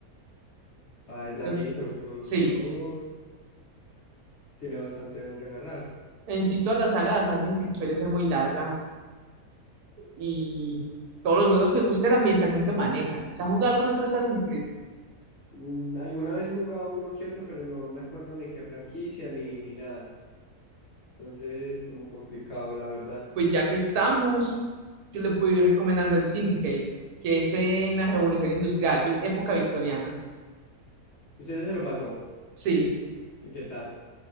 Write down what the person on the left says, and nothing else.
Ah, es larguito,
el juego,
el juego tiene bastante donde agarrar.
Mm, Alguna vez he jugado uno que otro, pero no me acuerdo ni qué franquicia ni, ni nada. Entonces, como complicado, la verdad.
¿Ustedes se lo pasó?
¿Y qué tal?